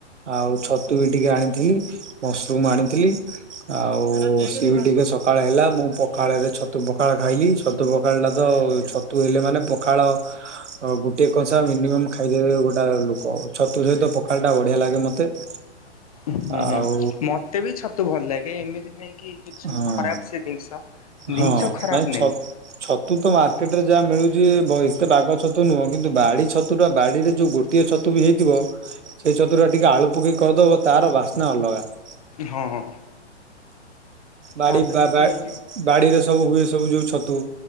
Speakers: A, on the right (about 80°); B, on the left (about 35°).
A: ଆଉ ଛତୁ ବି ଟିକିଏ ଆଣିଥିଲି। ମସୃରୁମ୍ ଆଣିଥିଲି। ଆଉ ସିଏ ବି ଟିକିଏ ସ ପଖାଳ ହେଲା ମୁଁ ପଖାଳରେ ଛତୁ ପଖାଳ ଖାଇଲି। ଛତୁ ପଖାଳ ଟା ତ ଛତୁ ହେଲେ ମାନେ ପଖାଳ ଗୋଟିଏ କଂସା ମିନିମମ୍ ଖାଇଦେବେ ଗୋଟାଏ ଲୋକ। ଛତୁ ସହିତ ପଖାଳ ଟା ବଢିଆ ଲାଗେ ମତେ। <inaudible>
B: ହୁଁ
A: ଆଉ
B: ମତେ ବି ଛତୁ ଭଲ ଲାଗେ ଏମିତି ନାଇଁ କି କିଛି
A: ହଁ
B: ଖରାପ ସେ ଜିନିଷ। ଜିନିଷ
A: ହଁ
B: ଖରାପ
A: ନାଇଁ ଛ
B: ନାହିଁ।
A: ଛତୁ ତ ମାର୍କେଟ ରେ ଯାହା ମିଳୁଚି ବ ଏତେ ବାଗ ଛତୁ ନୁହଁ। କିନ୍ତୁ ବାଡି ଛତୁ ଟା ବାଡିରେ ଯୋଉ ଗୋଟ୍ ଗୋଟିଏ ଛତୁ ବି ହେଇଥିବ ସେଇ ଛତୁଟା ଟିକିଏ ଆଳୁ ପକେଇ କରିଦବ ତାର ବାସ୍ନା ଅଲଗା। ଟି
B: ହଁ ହଁ
A: ବାଡି
B: ତାପରେ
A: ବା -ବା
B: ବି
A: - ବାଡିରେ ସବୁ ହୁଏ ସବୁ ଯୋଉ ଛତୁ